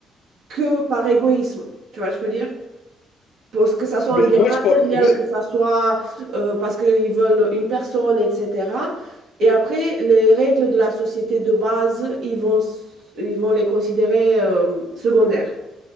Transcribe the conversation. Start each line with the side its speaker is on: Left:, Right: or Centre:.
Right: que par égoïsme. Tu vois ce que je veux dire? Parce que ça soit
Left: mais
Right: un bien
Left: moi
Right: matériel,
Left: je crois, ouais,
Right: que ça soit euh, parce qu'ils veulent une personne, etc. Et après, les règles de la société de base, ils vont, s- ils vont les considérer euh, secondaires.